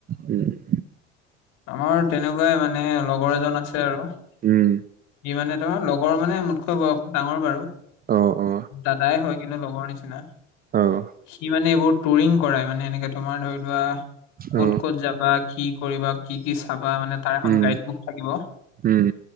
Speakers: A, on the right; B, on the left.
A: উম।
B: আমাৰ তেনেকুৱাই মানে লগৰ এজন আছে আৰু সি
A: উম
B: মানে ধৰ লগ লগৰ মানে মোতকৈ বয়স ডাঙৰ বাৰু,
A: অ অ
B: দাদাই হয় কিন্তু লগৰ নিচিনা
A: অ'।
B: সি মানে এইবোৰ টুৰিং কৰাই মানে এনেকে তোমাৰ ধৰি লোৱা ক'ত,
A: অ
B: ক'ত যাবা কি কৰিবা কি কি চাবা মানে তাৰ এখন
A: উম
B: গাইড বুক থাকিব।
A: উম